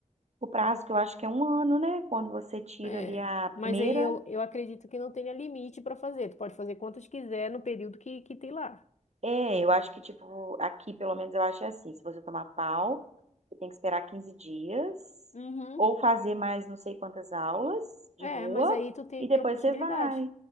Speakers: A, on the right; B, on the left.
A: O prazo que eu acho que é um ano, né? Quando você tira
B: É.
A: ali a
B: Mas
A: primeira
B: aí eu, eu acredito que não tenha limite para fazer. Tu pode fazer quantas quiser no período que, que tem lá.
A: É, eu acho que, tipo, aqui pelo menos eu acho é assim: se você tomar pau, você tem que esperar 15 dias,
B: Uhum.
A: ou fazer mais não sei quantas aulas de
B: É,
A: rua,
B: mas aí tu tem
A: e depois
B: a possibilidade.
A: você vai.